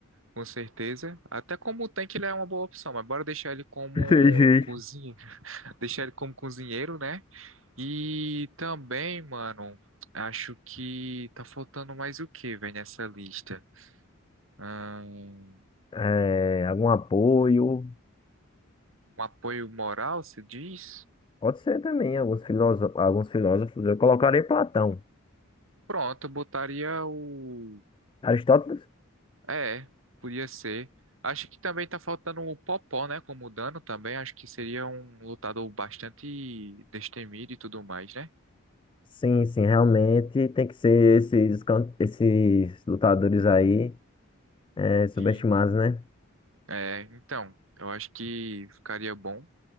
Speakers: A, on the right (about 70°); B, on the left (about 25°).
A: Com certeza. Até como tanque ele é uma boa opção, mas bora deixar ele como um
B: Sei, sei.
A: cozinheiro. deixar ele como cozinheiro, né? E também, mano, acho que tá faltando mais o que, velho, nessa lista? Ahn, Um,
B: É, algum apoio.
A: apoio moral, se diz?
B: Pode ser também, alguns filósofos, alguns filósofos. Eu colocaria Platão.
A: Pronto, eu botaria o.
B: Aristóteles?
A: É, podia ser. Acho que também tá faltando o Popó, né? Como dano também. Acho que seria um lutador bastante destemido e tudo mais, né?
B: Sim, sim, realmente tem que ser esses, can- esses lutadores aí é, subestimados,
A: Sim.
B: né?
A: É, então, eu acho que ficaria bom.